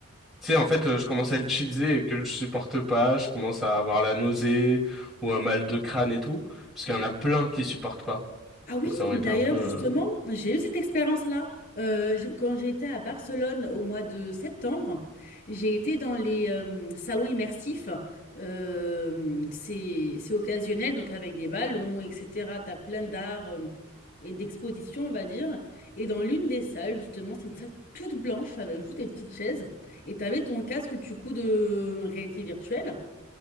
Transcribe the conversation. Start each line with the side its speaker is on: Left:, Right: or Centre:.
Centre: Tu sais, en fait, euh, je commence à l'utiliser et que je supporte pas, je commence à avoir la nausée ou un mal de crâne et tout, parce qu'il y en a plein qui supportent pas.
Left: Ah oui,
Centre: Donc ça aurait
Left: mais d'ailleurs,
Centre: été un peu...
Left: justement,
Centre: euh,
Left: j'ai eu cette expérience-là. Euh, je- quand j'ai été à Barcelone au mois de septembre, j'ai été dans les euh, salons immersifs. Euh, c'est, c'est occasionnel, donc avec des ballons, etc. Tu as plein d'arts euh, et d'expositions, on va dire. Et dans l'une des salles, justement, c'est une salle toute blanche avec juste des petites chaises. Et tu avais ton casque, du coup, de réalité virtuelle.